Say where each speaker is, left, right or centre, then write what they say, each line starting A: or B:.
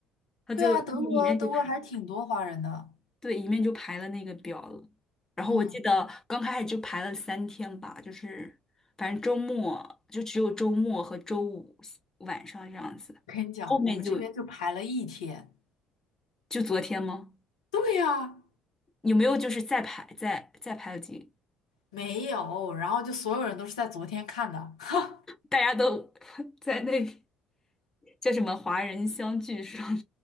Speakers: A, on the left; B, on the left.
A: 他就里面就排
B: 对啊，德国德国还挺多华人的。
A: 对里面就排了那个表了。然后我记得刚开始就排了三天吧，
B: 嗯，
A: 就是反正周末就只有周末和周五晚上这样子，
B: 跟你讲，
A: 后面就
B: 我们这边就排了一天。
A: 就昨天吗？
B: 对呀，
A: 有没有就是再排再再排了几？
B: 没有，然后就所有人都是在昨天看的。<laughs>
A: 大家都 <laughs> 在那叫什么华人相聚上？